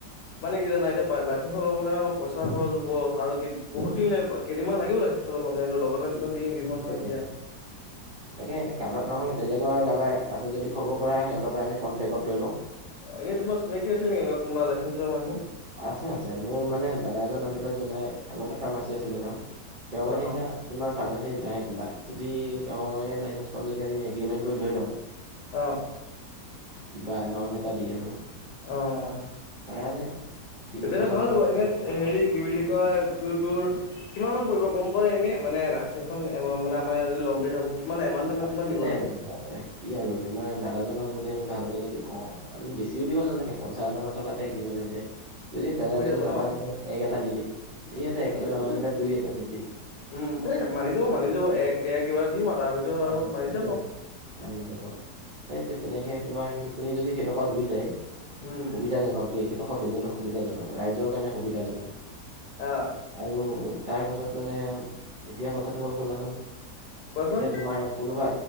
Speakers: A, on the left (about 85°); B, on the right (about 60°).
A: মানে কি জানা এতিয়া লাইচেঞ্চখন লব কাৰণে অলপ পইচা খৰচ হ'ব আৰু বহুত দিন লাগিব কেইদিনমান লাগিব লাইচেঞ্চ খন লব লগত
B: উম,
A: লাইচেঞ্চ খনটো দি নিদিব নহয়
B: সেইটোৱে
A: এতিয়া।
B: সেইটোৱে। তাকে কাৰোবাৰ নহ'লে বেলেগৰ কাৰাবাৰ আছে যদি খবৰ কৰা সিহতৰ পৰা আমি কনটেক্টত লৈ লওঁ।
A: এনেই তোমাৰ চিনাকি আছিল নেকি কোনোবা লাইচেঞ্চৰ মানুহ।
B: আছে আছে মোৰ মানে দাদা এজন আছিলে যোনে আগতে ফাৰ্মাচী আছিলে তেওঁৰ তেওঁ মানে
A: অ', অ',
B: এতিয়া তোমাৰ ফাৰ্মাচী নাই খোলা যদি তেওঁৰে লাইচেন্ঞ্চখন যদি আমি এগ্ৰীমেণ্ট কৰি লৈ লওঁ।
A: অ',
B: কিবা এমাউন্ট এটা দি আৰু।
A: অ', অ',
B: পৰা যায় তিনি
A: তেতিয়
B: বছৰ
A: হলে ভাল
B: মানত
A: হ'ব এনে
B: অ
A: হেৰি কি বুলি কয় তো তোৰ কিমান মান পৰিব গম পোৱা এনে মানে লাইচেঞ্চ খন মানে আমাৰ ইয়াত যদি ল'ম বুলি ভাবো। কিমান এমাউণ্টটো
B: ন-
A: তোমাক
B: ন-
A: কিমান দিব লাগিব?
B: <unintelligible> কি আৰু তোমাৰ দাদাজনক যদি আমি ভালকে যদি কওঁ আমি বেছিও দিব নালাগে পঞ্চাছ হাজাৰ মান টকাতে এগ্ৰিমেন্ট হৈ যায়। যদি দাদা
A: হৈ
B: জনে
A: যাব
B: নামানে
A: ন?
B: আমি এক এটা দি দিম ঠিক আছে একটো
A: অ', একো
B: নামানিলে
A: নাই।
B: দুই এটা দি দিম।
A: উম, এই মানি যাব মানি যাব এক দেৰ কিবা এটা দিম আৰু তাৰ ভিতৰত
B: অ
A: আৰু মানি
B: সেইটোৱে
A: যাব।
B: মানি যাব সেইটোৱে তেনেকে তোমাৰ সেইখিনি যদি সেইডোখৰত হৈ যায়।
A: উম,
B: সুবিধাজনক দেই সেইডোখৰত হৈ গ'লে সুবিধাজনক ৰাইজৰ কাৰণে সুবিধাজনক।
A: অ'।
B: আৰু তাৰ পাছত মানে এতিয়া কথাটো হ'ল শুনাচোন
A: কোৱাচোন
B: এতিয়া তোমাৰ কোনোবা